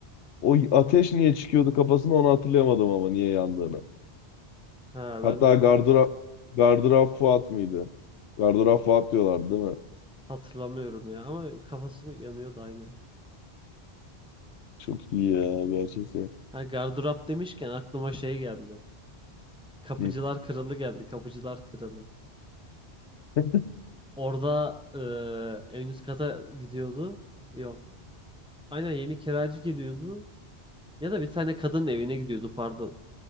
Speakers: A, on the left; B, in the centre.
A: O ateş niye çıkıyordu kafasında onu hatırlayamadım ama niye yandığını.
B: Ha
A: Hatta
B: ben de hat-
A: Gardıra Gardırop Fuat mıydı? Gardırop Fuat diyorlar değil mi?
B: hatırlamıyorum ya. Ama kafası mı yanıyordu aynen.
A: Çok iyi ya gerçekten.
B: Ha gardırop demişken aklıma şey geldi. Kapıcılar
A: Hı.
B: Kralı geldi. Kapıcılar Kralı.
A: <laughs>
B: Orada e, en üst kata gidiyordu. Yok. Aynen yeni kiracı geliyordu. Ya da bir tane kadın evine gidiyordu pardon.